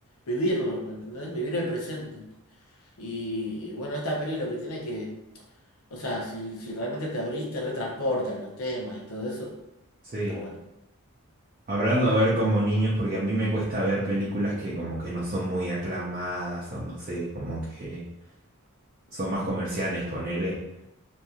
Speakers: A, on the left; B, on the right.
A: Vivirlo, ¿entendés? Vivir el presente. Y, y bueno, esta peli lo que tiene que... O sea, si, si realmente te abrís, te retransportan los temas y todo eso.
B: Sí.
A: Está bueno.
B: Hablando de ver como niños, porque a mí me cuesta ver películas que como que no son muy aclamadas o no sé, como que son más comerciales, ponele.